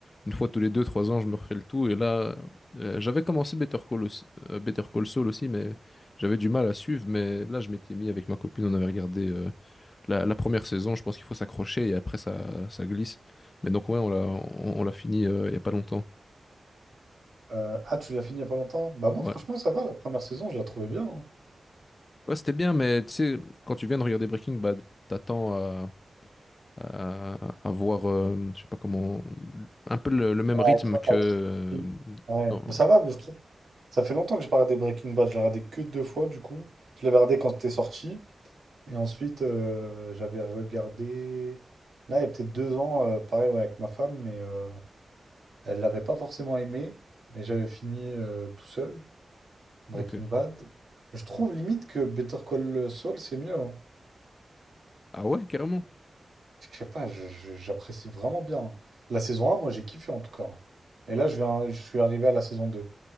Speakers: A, on the left; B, on the right.
A: une fois tous les deux, trois ans, je me refais le tout. Et là, euh, j'avais commencé Better Call aussi, euh, Better Call Saul aussi, mais j'avais du mal à suivre. Mais là, je m'étais mis avec ma copine, on avait regardé euh, la, la première saison. Je pense qu'il faut s'accrocher et après, ça, ça glisse. Mais donc, ouais, on l'a on, on l'a fini euh, il y a pas longtemps.
B: Euh, ah, tu l'as fini il y a pas longtemps? Bah moi,
A: Ouais.
B: franchement, ça va. La première saison, je la trouvais bien. hein.
A: Ouais, c'était bien, mais tu sais, quand tu viens de regarder Breaking Bad, t'attends à, à, à voir, euh, je sais pas comment, un peu le, le même
B: Ouais,
A: rythme
B: avec-
A: que...
B: avec- avec- ouais.
A: Non,
B: Mais ça va, je trouve. Ça fait longtemps que j'ai pas regardé Breaking Bad. Je l'ai regardé que deux fois, du coup. Je l'avais regardé quand c'était sorti. Et ensuite, euh, j'avais regardé... Là, il y a peut-être deux ans, euh, pareil, ouais, avec ma femme, mais... euh, Elle l'avait pas forcément aimé, mais j'avais fini euh, tout seul, Breaking
A: ok.
B: Bad. Je trouve limite que Better Call Saul, c'est mieux. hein.
A: Ah ouais, carrément.
B: Je sais pas, je- je- j'apprécie vraiment bien. hein. La saison 1, moi j'ai kiffé en tout cas. hein. Et là, je viens, je suis arrivé à la saison 2.